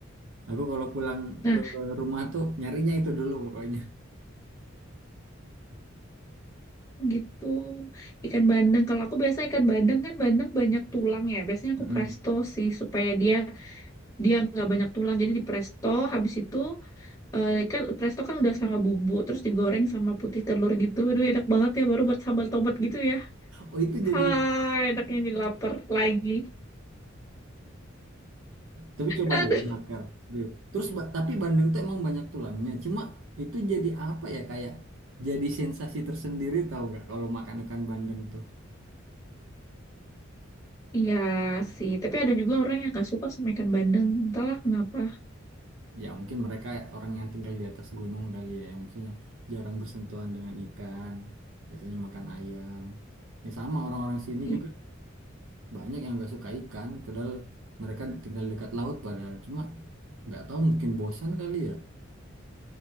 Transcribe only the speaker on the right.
Aku kalau pulang
ke rumah tuh nyarinya itu dulu pokoknya.
Mm.
Oh, itu jadi
Tapi coba
deh dibakar. Deh. Terus ba- tapi bandeng tuh emang banyak tulangnya. Cuma itu jadi apa ya kayak jadi sensasi tersendiri tahu nggak kalau makan ikan bandeng tuh.
Ya mungkin mereka orang yang tinggal di atas gunung kali ya, yang maksudnya jarang bersentuhan dengan ikan. Biasanya makan ayam. Ya sama orang-orang sini
juga banyak yang nggak suka ikan, padahal mereka tinggal dekat laut padahal. Cuma nggak tahu mungkin bosan kali ya.